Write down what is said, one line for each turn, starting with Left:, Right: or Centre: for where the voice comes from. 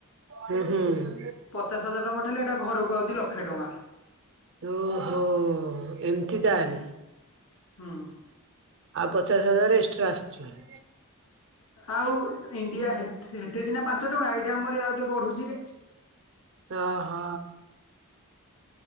Right: ହୁଁ ହୁଁ।
Left: ପଚାଶ ହଜାର ଟଙ୍କା ପଠେଇଲେ ହେଇଟା ଘରକୁ ଆଉଚି ଲକ୍ଷେ ଟଙ୍କା।
Right: ଓ ହୋ-ଓ-ଓ ଏମିତି ତାହେଲେ?
Left: ହୁଁ।
Right: ଆଉ ପଚାଶ ହଜାର ଏକ୍ସଟ୍ରା ଆସିଛି? <inaudible>
Left: ଆଉ ଇଣ୍ଡିଆ ହେଠି ହେଠେଇ ସିନା ପାଞ୍ଚ ଟଙ୍କା ଏଇଠି ଆମର ଆଉ ଟିକେ ବଢୁଛି ରେ
Right: ଓ ହ।